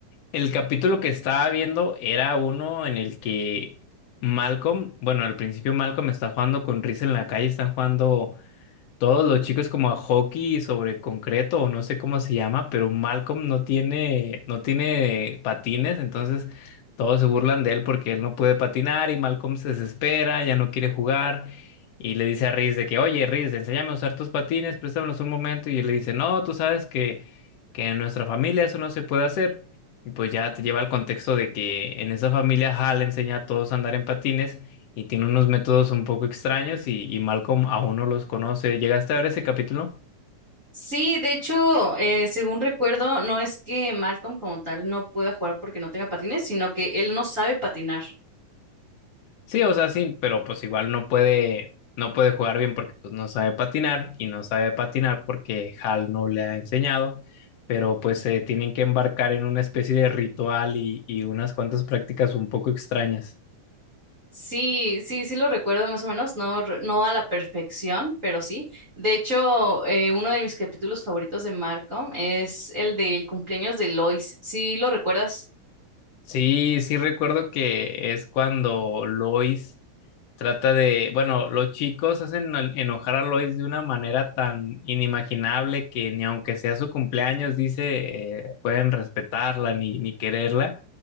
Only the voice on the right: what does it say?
Sí, de hecho, eh, según recuerdo, no es que Malcolm como tal no pueda jugar porque no tenga patines, sino que él no sabe patinar.
Sí, sí, sí lo recuerdo más o menos, no, re- no a la perfección, pero sí. De hecho, eh, uno de mis capítulos favoritos de Malcolm es el del cumpleaños de Lois. ¿Sí lo recuerdas?